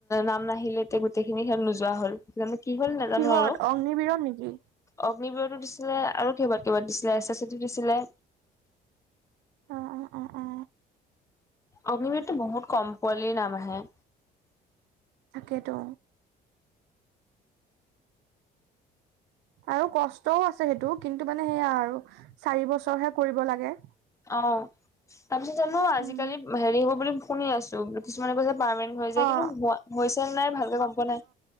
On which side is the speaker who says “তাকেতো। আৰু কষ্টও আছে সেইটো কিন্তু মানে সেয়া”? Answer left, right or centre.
Right